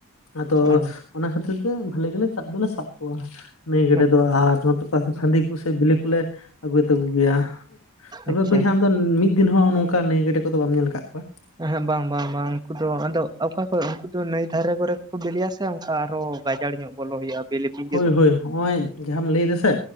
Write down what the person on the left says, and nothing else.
ᱟᱫᱚ
ᱚᱱᱟ ᱠᱷᱟᱹᱛᱤᱨ ᱛᱮ ᱵᱷᱟᱞᱮ ᱜᱮᱞᱮ ᱥᱟᱵ ᱫᱚᱞᱮ ᱥᱟᱵ ᱠᱚᱣᱟ ᱱᱟᱹᱭ ᱜᱰᱮᱫ
ᱫᱚ ᱟᱨ ᱱᱚᱛᱮ ᱯᱟᱥ ᱦᱟᱹᱰᱤ ᱠᱚᱥᱮ ᱵᱤᱞᱤ ᱠᱚᱞᱮ ᱟᱹᱜᱩᱭ ᱛᱟᱠᱚ ᱜᱮᱭᱟ᱾ ᱛᱚᱵᱮ
ᱵᱚᱭᱦᱟ ᱟᱢ ᱫᱚ ᱢᱤᱫ ᱫᱤᱱ ᱦᱚᱸ ᱱᱚᱝᱠᱟ ᱱᱟᱹᱭ ᱜᱟᱹᱰᱮ ᱠᱚᱫᱚ ᱵᱟᱢ ᱧᱮᱞ ᱟᱠᱟᱫ ᱠᱚᱣᱟ᱾
ᱦᱳᱭ
ᱦᱳᱭ ᱦᱚᱜᱼᱚᱭ ᱡᱟᱦᱟᱸᱟᱢ ᱞᱟᱹᱭ ᱫᱟᱥᱮ᱾